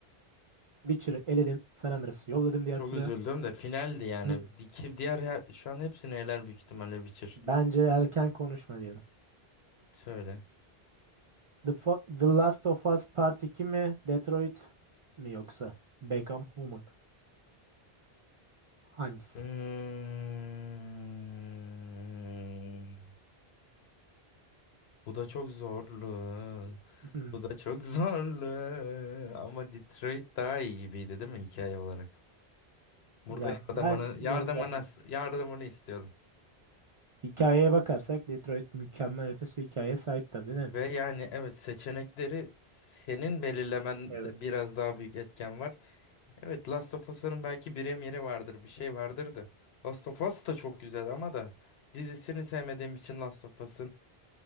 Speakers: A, on the right; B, on the left.
A: Witcher'ı eledim. San Andreas'ı yolladım diğer
B: Çok
A: tura.
B: üzüldüm de finaldi
A: <clears throat>
B: yani.
A: Hı.
B: Di- ki Diğer her- şu an hepsini eler büyük ihtimalle Witcher.
A: Bence erken konuşma diyorum.
B: Söyle.
A: The, Fo- The Last of Us Part 2 mi? Detroit mi yoksa? Become Human. Hangisi?
B: Hmm. Bu da çok zorlu.
A: <clears throat> Hı.
B: Bu da çok <laughs> zorlu. Ama Detroit daha iyi gibiydi değil mi hikaye olarak? Burada
A: Ya
B: yardımını,
A: ben
B: yardımını,
A: yorum yapmıyorum.
B: yardımını istiyorum.
A: Hikayeye bakarsak Detroit mükemmel ötesi bir hikayeye sahip tabii değil mi?
B: Ve yani evet seçenekleri senin belirlemende
A: Evet.
B: biraz daha büyük etken var. Evet Last of Us'ın belki yeri vardır bir şey vardır da. Last of Us da çok güzel ama da dizisini sevmediğim için Last of Us'ın